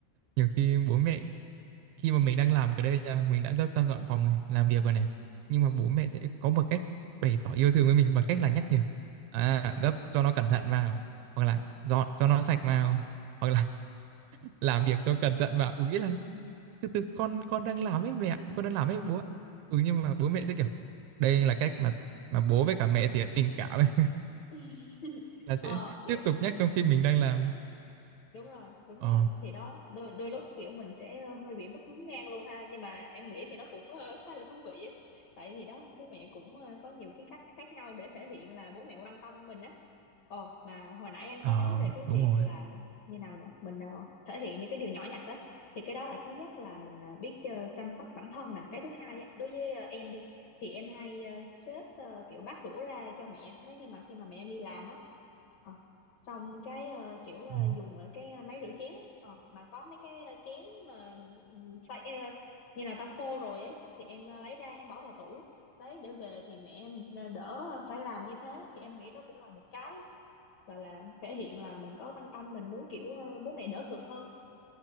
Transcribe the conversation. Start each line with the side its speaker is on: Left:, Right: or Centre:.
Right: nhiều khi bố mẹ khi mà mình đang làm cái đây nha mình đã gấp sang dọn phòng này làm việc rồi này nhưng mà bố mẹ sẽ có một cách bày tỏ yêu thương với mình bằng cách là nhắc nhở à, gấp cho nó cẩn thận vào hoặc là dọn cho nó sạch vào hoặc là <laughs> làm việc cho cẩn thận vào ừ nghĩa là từ từ con con đang làm ấy mẹ con đang làm ấy bố ạ. ừ nhưng mà bố mẹ sẽ kiểu đây là cách mà mà bố với cả mẹ thì tình cảm ấy
Left: <laughs>
Right: <laughs> là sẽ
Left: ờ kiểu
Right: tiếp tục nhắc trong khi mình đang làm
Left: đúng rồi đúng
Right: ờ
Left: rồi thì đó đôi đôi lúc kiểu mình sẽ ờ, hơi bị mất hứng ngang luôn ha nhưng mà em nghĩ thì nó cũng ờ, khá là thú vị á tại thì đó bố mẹ cũng ờ, có nhiều cái cách khác nhau để thể hiện là bố mẹ quan tâm mình á Ồ, mà hồi nãy anh
Right: ờ
Left: có nói về cái
Right: đúng
Left: việc
Right: rồi
Left: là như nào nhỉ? Mình ờ, thể hiện những cái điều nhỏ nhặt á thì cái đó là thứ nhất là mình ờ, biết ờ, chăm sóc bản thân nè, cái thứ hai á, đối với ờ, em đi thì em hay ờ, xếp ờ, kiểu bát đũa ra cho mẹ nếu như mà khi mà mẹ em đi làm á. ờ, xong cái ờ, kiểu ờ,
Right: ừ,
Left: dùng ở cái ờ, máy rửa chén ấy. Ờ, mà có mấy cái ờ, chén mà ừm, xay ờ, như là ta khô rồi ấy thì em ờ, lấy ra em bỏ vào tủ đấy để về thì mẹ em ờ, đỡ phải làm như thế thì em nghĩ đó cũng là một cái gọi là thể hiện là mình có quan tâm mình muốn kiểu ờ, bố mẹ đỡ cực hơn